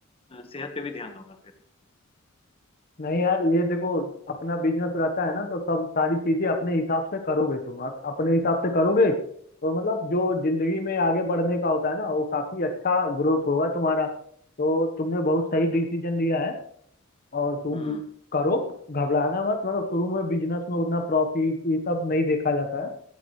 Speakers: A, on the left; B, on the left.
A: अ, सेहत पे भी ध्यान दूंगा फिर
B: नहीं यार ये देखो अपना बिजनेस रहता है ना तो सब सारी चीजें अपने हिसाब से करोगे तुम अ- अपने हिसाब से करोगे तो मतलब जो जिंदगी में आगे बढ़ने का होता है ना वो काफी अच्छा ग्रोथ होगा तुम्हारा तो तुमने बहुत सही डिसीजन लिया है और तुम
A: हम्म
B: करो घबराना मत मतलब शुरू में बिजनेस में उतना प्रॉफिट ये सब नहीं देखा जाता है